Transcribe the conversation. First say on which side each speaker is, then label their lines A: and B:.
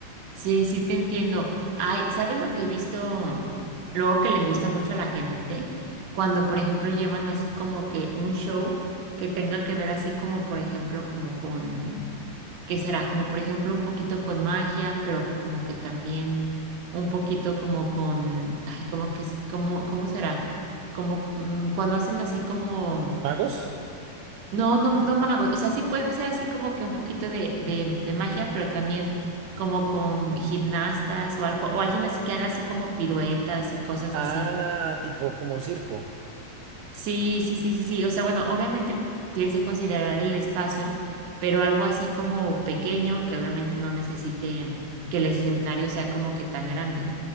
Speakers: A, on the right; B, on the right.
A: sí, sí te entiendo. Ay, ¿sabes lo que he visto luego que les gusta mucho a la gente? Cuando, por ejemplo, llevan así como que un show que tenga que ver así como, por ejemplo, como con que será como por ejemplo un poquito con magia, pero como que también un poquito como con, ay, como que, es- como, ¿cómo será? Como mm, cuando hacen así como,
B: ¿Magos?
A: no, no, no magos, o sea, sí puede ser así como que un poquito de, de, de magia, pero también como con gimnastas o algo, o alguien así que haga así como piruetas y cosas
B: Ah,
A: así.
B: tipo como circo.
A: Sí, sí, sí, sí, sí. O sea, bueno, obviamente tienes que considerar el espacio, pero algo así como pequeño, que obviamente no necesite que el escenario sea como que tan grande.